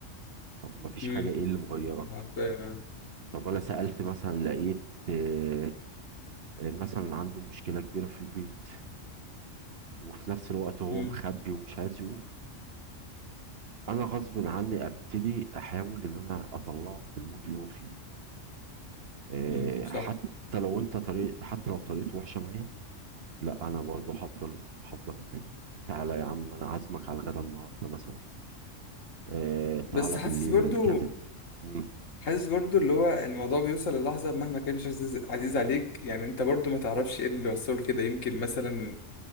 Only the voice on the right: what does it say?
طب ما فيش
حاجة ايه اللي مغيرك
طب انا سألت مثلا لقيت آه آه مثلا عنده مشكلة كبيرة في البيت وفي نفس الوقت هو
مخبي ومش عايز يقول انا غصب عني ابتدي احاول ان انا اطلعه من المود اللي هو فيه آه
حتى لو انت طريق حتى لو طريقته وحشة معايا لا انا برضه هفضل هفضل معاه تعالى يا عم انا عازمك على الغدا النهارده مثلا آه تعالى
بالليل
كذا مم.